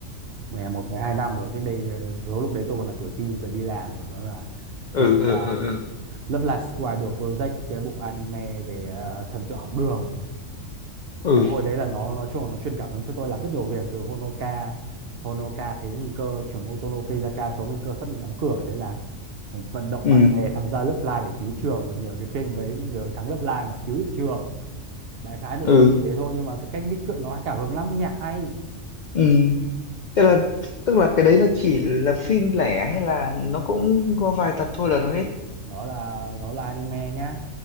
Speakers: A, on the right (about 60°); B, on the left (about 70°).
A: mười một mười hai năm rồi thế đây ờ, lúc lúc đấy tôi còn là tuổi teen giờ đi làm rồi đó là
B: ừ
A: phim uh,
B: ừ ừ ừ
A: Love Live Square Idol Project cái bộ anime về ờ, thần tượng học đường
B: ừ
A: cái hồi đấy là nó nói chung là nó truyền cảm hứng cho tôi làm rất nhiều việc từ Honoka Honoka thấy nguy cơ trường Otonokezaka có nguy cơ sắp bị đóng cửa thế là ờ, vận động
B: ừ
A: bạn bè tham gia Love Live để cứu trường và nhờ cái phim với nhờ thằng Love Live mà cứu được trường đại khái nội
B: ừ
A: dung chỉ thế thôi nhưng mà cái cách viết truyện nó cảm hứng lắm với nhạc hay
B: ừ tức là tức là cái đấy nó chỉ là phim lẻ hay là nó cũng có vài
A: đó
B: tập thôi là nó hết
A: nó là nó là anime nhá